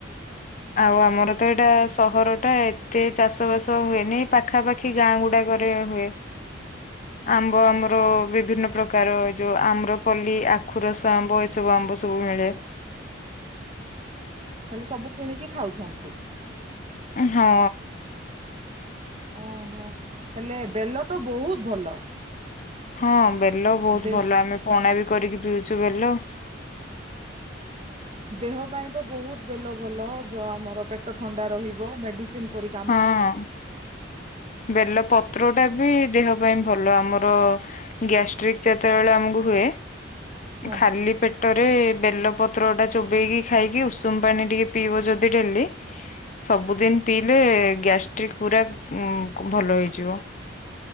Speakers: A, on the left; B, on the right.
A: ଆଉ ଆମର ତ ଏଇଟା ସହରଟା ଏତେ ଚାଷ ବାସ ହୁଏନି ପାଖାପାଖି ଗାଁ ଗୁଡାକରେ ହୁଏ।
B: <inaudible>
A: ଆମ୍ବ ଆମର ବିଭିନ୍ନ ପ୍ରକାର ଏ ଯୋଉ ଆମ୍ରପଲ୍ଲୀ ଆଖୁ ରସ ଆମ୍ବ ଏସବୁ ଆମ୍ବ ସବୁ ମିଳେ।
B: ହେଲେ ସବୁ କିଣିକି ଖାଉଛନ୍ତି।
A: ହଁ।
B: ଓହୋ ହେଲେ ବେଲ ତ ବହୁତ ଭଲ।
A: ହଁ ବେଲ ବହୁତ
B: ଦେ
A: ଭଲ ଆମେ ପଣା ବି କରିକି ପିଉଛୁ ବେଲ।
B: ଦେହ ପାଇଁ ତ ବହୁତ ବେଲ ଭଲ ଯ ଆମର ପେଟ ଥଣ୍ଡା ରହିବ ମେଡିସିନ କରି
A: ହଁ ବେଲ ପତ୍ର ଟା ବି ଦେହ ସେ ପାଇଁ ଭଲ ଆମର ଗ୍ୟାଷ୍ଟ୍ରିକ ଯେତେବେଳେ ଆମକୁ ହୁଏ।
B: ହଁ
A: ଖାଲି ପେ ଟରେ ବେଲ ପତ୍ର ଟା ଚୋବେଇକି ଖାଇକି ଉଷୁମ ପାଣି ଟିକେ ପିଇ ଯଦି ଡେଲି ସବୁଦିନ ପିଇଲେ ଗ୍ୟାଷ୍ଟ୍ରିକ ପୁରା ଭଲ ହେଇଯିବ।